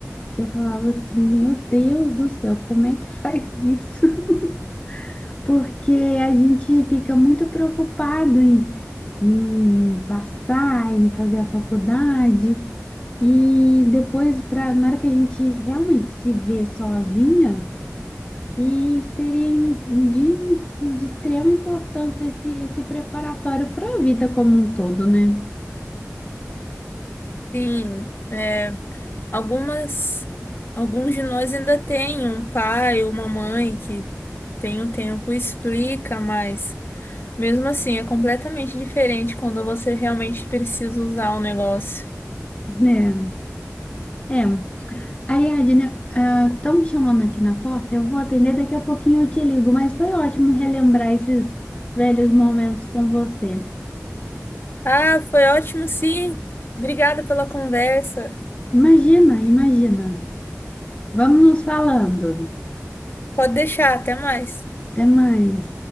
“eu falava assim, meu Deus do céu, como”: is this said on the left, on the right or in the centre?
Left